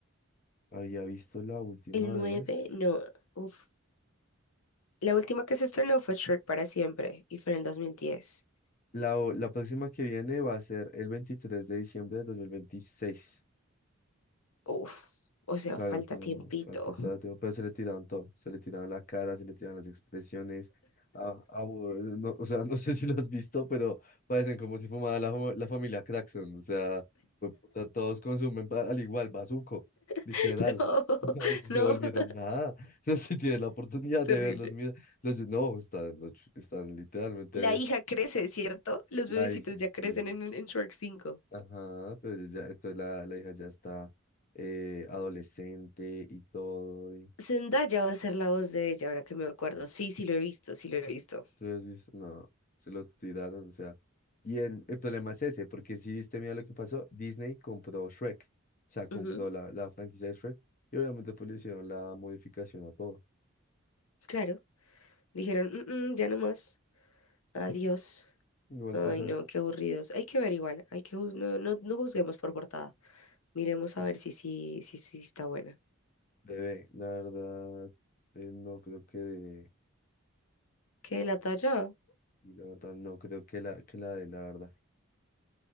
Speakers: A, on the left (about 40°); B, on the left (about 85°).
A: había visto la última
B: El 9,
A: vez.
B: no, uf. La última que se estrenó fue Shrek para siempre y fue en el 2010.
A: La, o- la próxima que viene va a ser el veintitrés de diciembre de dos mil veintiséis
B: Uf, o sea,
A: Claro,
B: falta
A: todo,
B: tiempito.
A: falta todo, todo, pero se le tiraban todo, se le tiraban la cara, se le tiraban las expresiones, a- a- no, o sea, <laughs> no sé si lo has visto, pero parecen como si fumara la, fam- la familia Craxon, o sea, fue puta, todos consumen ba- al igual, bazuco, literal,
B: <laughs>
A: <laughs> no, si
B: No,
A: se volvieron
B: no,
A: nada, <laughs> no sé si tienes la oportunidad
B: terrible.
A: de verlos, mira, los, no, están, los ch- están literalmente
B: La hija crece, ¿cierto? Los
A: la
B: bebecitos
A: hija,
B: ya crecen
A: que-
B: en, en Shrek 5.
A: ajá, pero ya, entonces la, la hija ya está eh, adolescente y todo.
B: Zendaya va a ser la voz de ella, ahora que me acuerdo. Sí, sí lo he visto, sí lo he visto.
A: ¿Tú lo has visto? No, se lo tiraron, o sea. Y el, el problema es ese, porque si viste, mira lo que pasó, Disney compró Shrek, o sea, compró
B: Ujú,
A: la, la franquicia de Shrek, y obviamente pues le hicieron la modificación a todo.
B: claro. Dijeron, "Mm, mm, ya no más. Adiós.
A: Igual
B: Ay,
A: vas a
B: no,
A: ver,
B: qué aburridos. Hay que ver igual. Hay que juz- no, no, no juzguemos por portada. Miremos a
A: y,
B: ver si sí si, si, está buena.
A: bebé, la verdad, eh, no creo que de,
B: ¿Qué
A: o sea,
B: la talla?
A: la verdad, no creo que la, que la de la verdad,